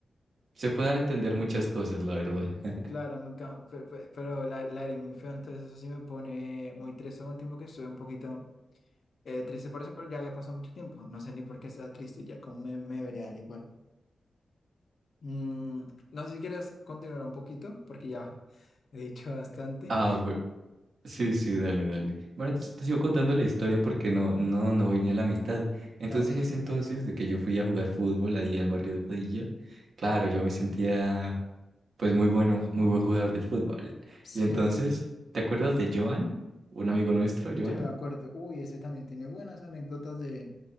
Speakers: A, on the right; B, on the left.
A: Se puede dar a entender muchas cosas, la verdad. <laughs>
B: Claro, nunca, pe- pe- pero, la, la herida muy fea. entonces eso sí me pone muy triste, Hubo un tiempo que estuve un poquito Eh, triste por eso, pero ya había pasado mucho tiempo. No sé ni por qué estaba triste, ya como me, me debería dar igual. Mm, no sé si quieres continuar un poquito, porque ya <laughs> he dicho bastante.
A: Ah, bu- sí, sí, dale, dale. Bueno, te, te sigo contando la historia porque no, no, no voy ni a la mitad. Entonces,
B: Dale.
A: en ese entonces
B: <laughs>
A: de que yo fui a jugar fútbol ahí al barrio de Padilla, claro, yo me sentía pues muy bueno, muy buen jugador de fútbol.
B: Sí,
A: Y entonces, ¿te acuerdas de Joan? Un amigo nuestro, Joan.
B: yo me acuerdo. Uy, ese también tiene buenas anécdotas de,